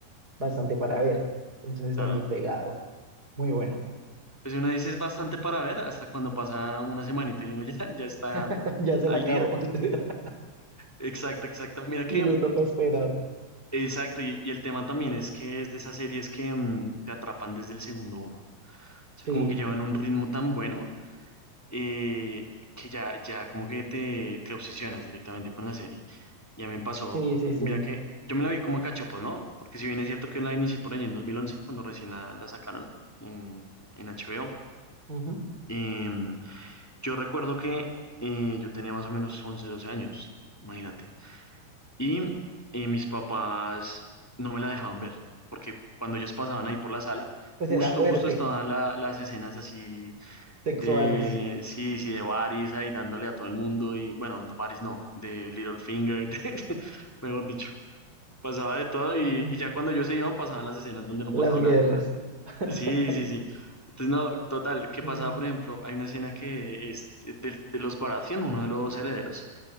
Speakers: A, on the right; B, in the centre.
A: bastante para ver. Entonces
B: claro.
A: allí pegado, muy buena.
B: Pues si uno dice es bastante para ver, hasta cuando pasa una semanita y uno <laughs> ya, ya está
A: <laughs> Ya se
B: al
A: la acabó.
B: día,
A: <laughs>
B: Exacto, exacto. Mira
A: Y
B: que,
A: le toca esperar.
B: exacto, y, y el tema también es que es de esas series que mm, te atrapan desde el segundo uno. O sea,
A: Sí,
B: como que llevan un ritmo tan bueno eh, que ya, ya como que te, te obsesionas directamente con la serie. Ya me pasó,
A: sí, sí, sí.
B: mira que yo me la vi como a cachopos, ¿no? Porque si bien es cierto que la inicié por ahí en 2011, cuando recién la, la sacaron en, en HBO,
A: Ujú.
B: em, yo recuerdo que eh, yo tenía más o menos 11, 12 años, imagínate. Y, eh, mis papás no me la dejaban ver, porque cuando ellos pasaban ahí por la sala,
A: Pues
B: justo,
A: era fuerte.
B: justo estaban la- las escenas así
A: sexuales,
B: de, sí, sí, de Varys ahí dándole a todo el mundo y, bueno, de Varys no, de Littlefinger, <laughs> de- de- mejor dicho, pasaba de todo y,
A: mm,
B: y ya cuando ellos se iban pasaban las escenas donde no
A: las
B: pasaba
A: guerras.
B: nada.
A: <laughs>
B: Sí, sí, sí. Entonces, no, total, ¿qué
A: Mm,
B: pasaba? Por ejemplo, hay una escena que es de, de los Baratheon, uno de los herederos